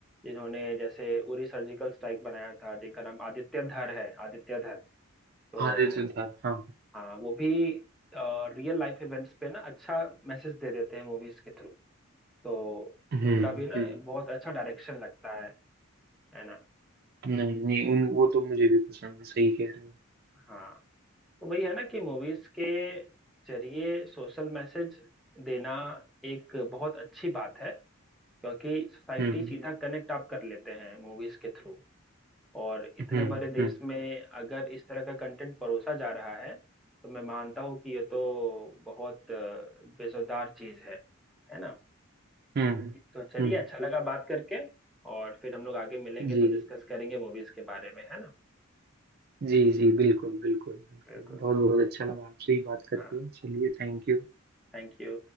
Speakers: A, in the centre; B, on the right (about 45°).
A: जिन्होंने जैसे उरी सर्जिकल स्ट्राइक बनाया था जिनका नाम आदित्य धर है आदित्य धर तो
B: आदित्य सिद्धार्थ हाँ
A: हाँ वो भी रियल लाइफ इवेंट्स पे ना अच्छा मैसेज दे देते हैं मूवीज के थ्रू तो
B: हम्म
A: उनका भी ना
B: हम्म
A: बहुत अच्छा डायरेक्शन लगता है है ना
B: नहीं नहीं उन वो तो मुझे भी पसंद है सही कह रहे हो
A: हाँ तो वही है ना कि मूवीज के जरिए सोशल मैसेज देना एक बहुत अच्छी बात है क्योंकि सोसाइटी
B: हम्म
A: सीधा कनेक्ट आप कर लेते हैं मूवीज के थ्रू और इतने
B: हम्म
A: बड़े देश
B: हम्म
A: में अगर इस तरह का कंटेंट परोसा जा रहा है तो मैं मानता हूँ कि ये तो बहुत अ, बेजुबान चीज है है ना
B: हम्म
A: तो चलिए
B: हम्म
A: अच्छा लगा बात करके और फिर हम लोग आगे मिलेंगे
B: जी
A: तो डिस्कस करेंगे मूवीज के बारे में है ना
B: जी जी बिल्कुल बिल्कुल बिल्कुल
A: बिल्कुल
B: बहुत बहुत अच्छा लगा आपसे ही बात करके
A: हाँ
B: चलिए थैंक यू
A: Thank you